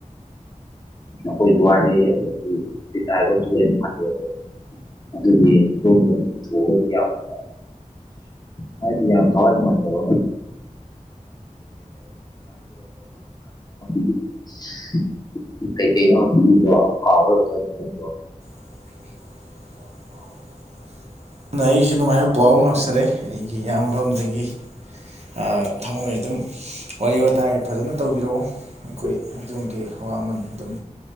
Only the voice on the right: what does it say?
<inaudible> ꯑꯗꯨ ꯑꯩꯁꯨ ꯅꯨꯡꯉꯥꯏꯕ ꯄꯥꯎ ꯉꯥꯛꯆꯔꯦ ꯑꯩꯒꯤ ꯏꯌꯥꯝꯕꯝꯗꯒꯤ꯫ ꯑ ꯊꯃꯣꯏ ꯑꯗꯨꯝ ꯋꯥꯔꯤ ꯋꯥꯇꯥꯏ ꯐꯖꯅ ꯇꯧꯕꯤꯔꯛꯑꯣ ꯑꯩꯈꯣꯏ ꯑꯗꯣꯝꯒꯤ ꯑꯋꯥꯃꯟ ꯑꯗꯨꯝ